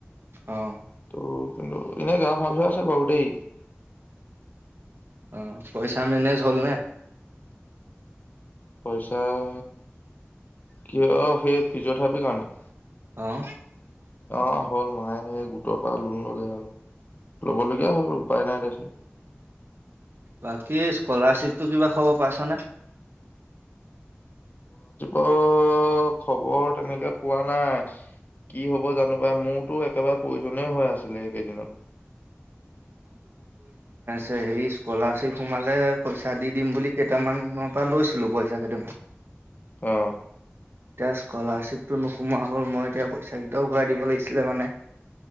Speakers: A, on the right; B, on the left.
A: অহঁ।
B: অঁ কিন্তু এনেই গা ভাল হৈ আছে বাৰু দেই।
A: অঁ পইচাঁ মেনেজ হ'ল নে।
B: পইচাঁ। কি অঁ সেই ফিজিঅথেৰাপিৰ কাৰণে
A: অঁ।
B: অঁ, হ'ল মায়ে সেই গোটৰপৰা লোন ল'লে আও। ল'ব লগীয়া হ'ল। উপায় নাই দেচোন।
A: বাকি, স্কলাৰশ্বিপটো কিবা খবৰ পাইছনে?
B: অঁ খবৰ তেনেকে পোৱা নাই। কি হ'ব জানো পাই? মোৰটো একেবাৰে প্ৰয়োজনে হৈ আছিলে এইকেইদিনত।
A: ছে হেৰি, স্কলাৰশ্বিপ সোমালে পইঁচা দি দিম বুলি কেইটামানক পা লৈছিলোঁ পইঁচা কেইটামান।
B: অঁ
A: এতিয়া স্কলাৰশ্বিপটো নোসোমোৱা হ'ল। মই এতিয়া পইঁচা কেইটাও ঘূৰাই দিব লাগিছিলে মানে।